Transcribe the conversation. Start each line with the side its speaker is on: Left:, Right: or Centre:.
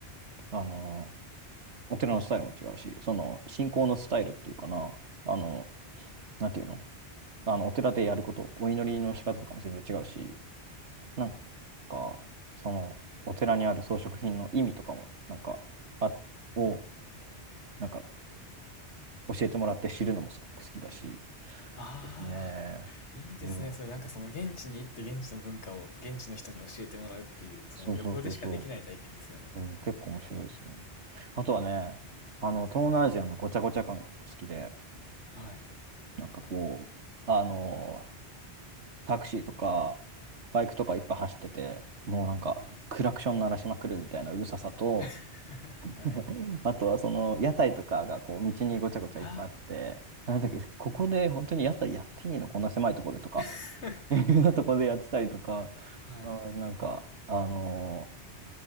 Right: あの、お寺のスタイルも違うし、その信仰のスタイルっていうかな、
Left: え
Right: あの、なんていうのあの、お寺でやること、お祈りの仕方とかも全然違うし、
Left: え、うん。
Right: なんか、その、お寺にある装飾品の意味とかも、なんか、あ、を、なんか教えてもらって知るのもすごく好きだし。
Left: ああ、
Right: ですね。
Left: いいですね。
Right: うん。
Left: それなんかその現地に行って現地の文化を現地の人に教えてもらうっていう、その旅行でしかできない体験ですよね。
Right: そうそうそうそう。うん、結構面白いですね。あとはね、あの、東南アジアのごちゃごちゃ感が結構好きで、
Left: はい。
Right: なんかこう、あの、タクシーとか、バイクとかいっぱい走ってて、もうなんか、
Left: はい。
Right: クラクション鳴らしまくるみたいなうるささと、
Left: <laughs>
Right: <laughs>
Left: はい。
Right: あとはその屋台とかがこう道にごちゃごちゃいっぱいあって、
Left: あ、
Right: なんだっけ、
Left: うん。
Right: ここで本当に屋台やっていいのこんな狭いとこでとか
Left: <laughs>
Right: いうようなとこでやってたりとか、
Left: はい。
Right: あー、なんか、あのー